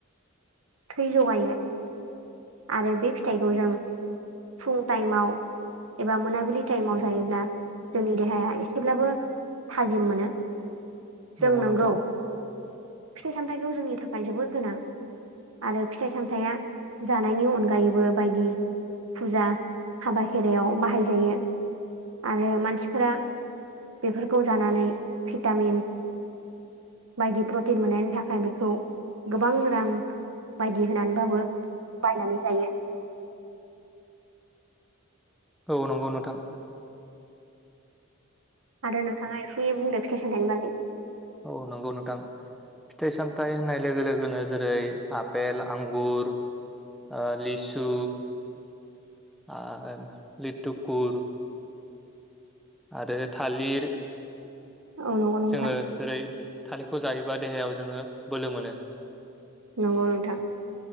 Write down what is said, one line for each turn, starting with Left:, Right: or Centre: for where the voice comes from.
Right: थै जगायो। आरो बे फिथाइखौ जों फुं टाइमाव। एबा मोनाबिलि टाइमाव जायोब्ला जोंनि देहाया एसेब्लाबो। थाजिम मोनो जों
Centre: नंगौ
Right: नोंगौ
Centre: नोंथां
Right: फिथाइ सामथाइखौ। जोंनि थाखाय जोबोद गोनां आरो फिथाइ सामथाइया। जानायनि अनगायैबो बायदि। फुजा हाबा खेरायाव बाहायजायो आरो मानसिफोरा। बेफोरखौ जानानै भिटामिन। बायदि प्रटिन मोननायनि थाखाय बेखौ गोबां रां। बायदि होनानैबाबो बायनानै जायो।
Centre: औ नंगौ नोंथां।
Right: आरो नोंथाङा एसे बुंदो फिथाइ सामथायाइनि बागै।
Centre: औ नंगौ नोंथां। फिथाइ सामथाइ होननाय लोगो लोगोनो जेरै आफपेल आंगुर। ओ लिसु आर लिटुकुर। आरो थालिर
Right: औ नंगौ नोंथां
Centre: जोङो जेरै। थालिरखौ जायोबा देहायाव जोङो बोलो मोनो।
Right: नंगौ नोंथां